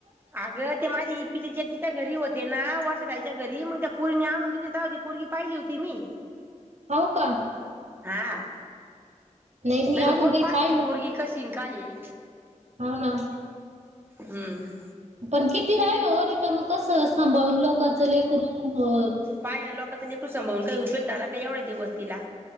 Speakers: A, on the right; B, on the right.
A: आग ते माझ्या इपीचे चे तिच्या घरी होते ना वर्षाताई त्या घरी मग त्या पोरीनी आणून दिली तवा ती पोरगी पाहिली होती मी.
B: हाव का?
A: हा
B: नाही मी अजून
A: तर कोण
B: काही
A: पाहत
B: पाहिल,
A: होती पोरगी कशी न काय आहे
B: हाव ना.
A: हम्म.
B: पण किती राहिलं हो त म कसं सांभळून लोकाच लेकरू अ
A: पाय ना लोकाच लेकरू सांभाळून काही उपयोग झाला का एवढे दिवस तिला?